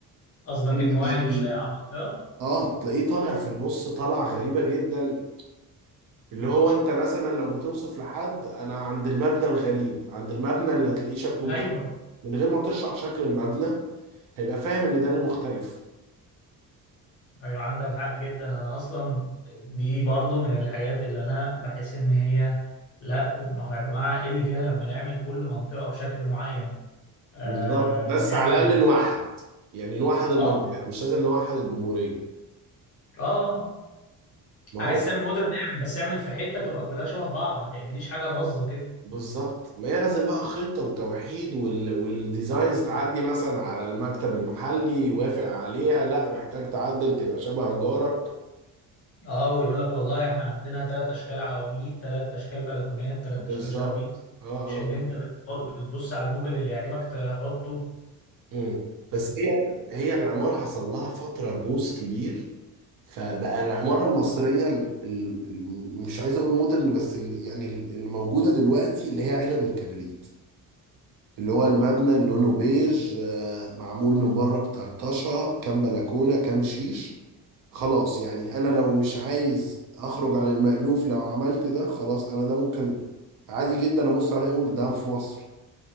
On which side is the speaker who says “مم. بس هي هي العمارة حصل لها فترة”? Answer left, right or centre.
Right